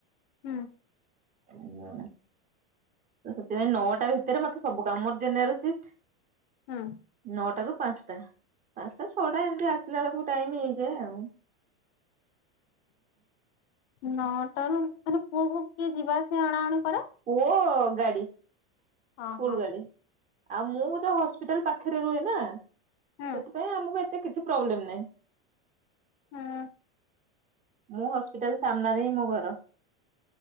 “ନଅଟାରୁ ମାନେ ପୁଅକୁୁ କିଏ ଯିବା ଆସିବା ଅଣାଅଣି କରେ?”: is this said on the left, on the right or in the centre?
Left